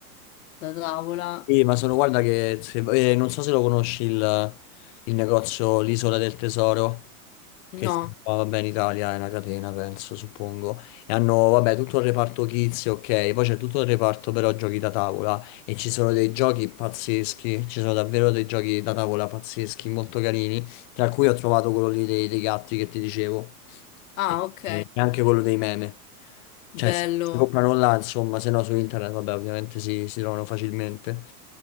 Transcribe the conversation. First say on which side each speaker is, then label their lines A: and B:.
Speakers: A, on the left (about 60°); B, on the left (about 30°).
A: da tavola.
B: Sì, ma sono, guarda che, se- eh, non so se lo conosci il, il negozio, l'Isola del Tesoro.
A: No.
B: che si trova, vabbè, in Italia è una catena, penso, suppongo. E hanno, vabbè, tutto il reparto kids, ok, poi c'è tutto il reparto però giochi da tavola e ci sono dei giochi pazzeschi, ci sono davvero dei giochi da tavola pazzeschi, molto carini, tra cui ho trovato quello lì dei, dei gatti che ti dicevo
A: Ah,
B: e
A: ok.
B: e anche quello dei meme.
A: Bello.
B: Cioè, si, si comprano là, insomma, se no su internet, vabbè, ovviamente si, si trovano facilmente.